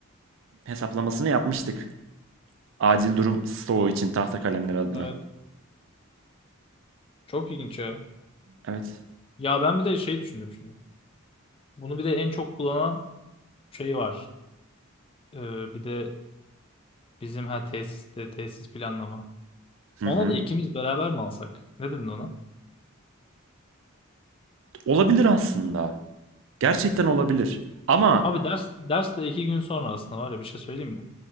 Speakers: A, on the right; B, on the left.
A: hesaplamasını yapmıştık. Acil durum stoğu için tahta kalemler adına.
B: Evet. Çok ilginç ya.
A: Evet.
B: Ya ben bir de şey düşündüm şimdi. Bunu bir de en çok kullanan şey var. Ee, bir de bizim ha tesiste tesis planlama.
A: Hı
B: Ona
A: hı.
B: da ikimiz beraber mi alsak? Ne dedin ona?
A: Olabilir aslında. Gerçekten olabilir. Ama
B: Abi ders ders de iki gün sonra aslında var ya bir şey söyleyeyim mi?